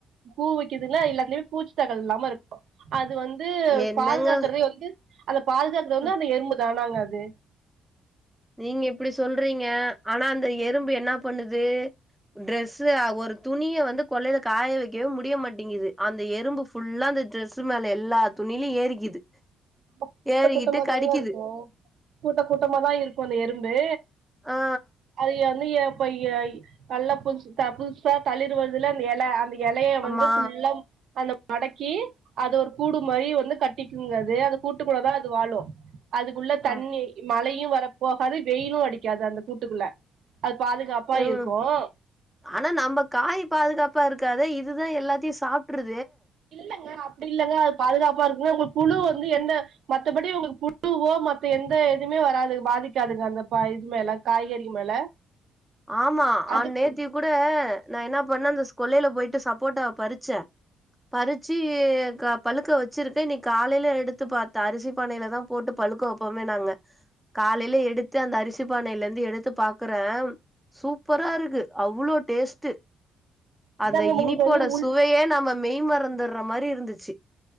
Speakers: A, on the right; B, in the centre.
A: பூ வெக்குதுல்ல எல்லாத்துலயுமே பூச்சி தாக்கல் இல்லாம இருக்கு அ து வந்து
B: என்னங்க
A: பாதுகாக்கறதே வந்து அந்த பாதுகாக்கறது வந்து
B: ம்
A: அந்த எறும்பு தா நாங் அது
B: நீங்க இப்டி சொல்றீங்க ஆனா அந்த எறும்பு என்னா பண்ணுது ட்ரெஸ்ல ஒரு துணிய வந்து கொள்ளைல காய வெக்கவே முடிய மாட்டிங்குது அந்த எறும்பு ஃபுல்லா அந்த ட்ரெஸ் மேல எல்லா துணியிலு ஏறிக்குது
A: ஆமா கூட்ட
B: ஏறிக்கிட்டு
A: கூட்டமா
B: கடிக்குது
A: தாங்க இருக்கு கூட்ட கூட்டமா தா இருக் கு அந்த எறும்பு
B: ஆ
A: அது <unintelligible> ஏப்பையாயி நல்லா புதுசு த புதுசா தளிர் வர்துல அந்த எல அந்த எலைய வந்து
B: ஆமா
A: ஃபுல்லா அந்த மடக்கி அது ஒரு கூடு மாரி வந்து கட்டிக்குங் அது அத கூட்டுக்குள்ள தா அது வாழு அதுக்குள்ள
B: ஆ
A: தண்ணி மழை யு வரப் போகாது வெயிலு அடிக்காது அந்த கூட்டுக்குள்ள அது பாதுகாப்பா
B: உம்
A: இருக்கு
B: ஆனா நம்ம காய் பாதுகாப் பா இருக்காதே இதுதா எல்லாத்தியு சாப்ட்ரு
A: இல்லங்க அப்டி இல்லங்க அது பாதுகாப்பா இருக்குங்க உங்களுக் புழு வந்து எந்த மத்தபடி உங்களுக்கு புழுவோ மத்த எந்த எதுவுமே வராது பாதிக்காதுங்க அந்த பா இது மேல காய்கறி மேல
B: ஆமா
A: அதுக்கு
B: ஆஹ் நேத்திக் கூட நா என்னா பண்ணே அந்த ஸ் கொள்ளைல போய்ட்டு சப்போட்ட பறிச்சே பறிச்சு க பழுக்க வெச்சிருக்கே இன்னிக் காலைல எடுத்து பாத்தா அரிசி பானைல தா போட்டு பழுக்க வெப்போமே நாங்க காலைல எடுத்து அந்த அரிசி பானைலர்ந்து எடுத்து பாக்கறே சூப்பரா இருக்கு அவ்ளோ டேஸ்ட்டு அந்த
A: இதாங்க உங்களுக்கு
B: இனிப்போட
A: வந்து உள்
B: சுவையே நம்ம மெய்ம றந்துடுற மாரி இருந்துச்சு